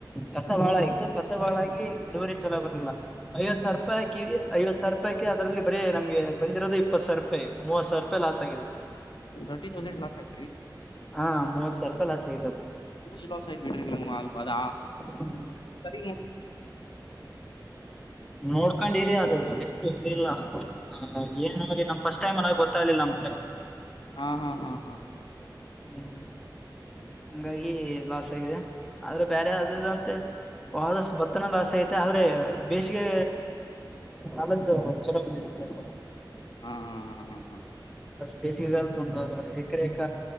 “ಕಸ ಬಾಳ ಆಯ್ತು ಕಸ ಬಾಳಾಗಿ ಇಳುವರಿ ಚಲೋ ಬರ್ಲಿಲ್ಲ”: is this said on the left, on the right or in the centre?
Centre